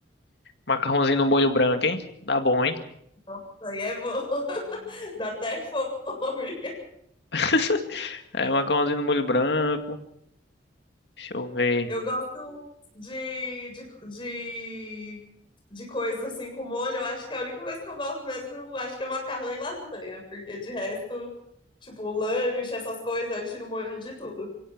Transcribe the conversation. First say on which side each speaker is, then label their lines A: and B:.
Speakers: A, on the left; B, on the left.
A: Macarrãozinho no molho branco, hein? Dá bom, hein?
B: Isso aí é bom. <laughs> Dá até fome.
A: <laughs> É, macarrãozinho no molho branco. Deixa eu ver.
B: Eu gosto de, de, de, de coisa assim com molho. Eu acho que a única coisa que eu gosto mesmo, eu acho que é macarrão e lasanha. Porque de resto, tipo, lanche, essas coisas, eu tiro molho de tudo.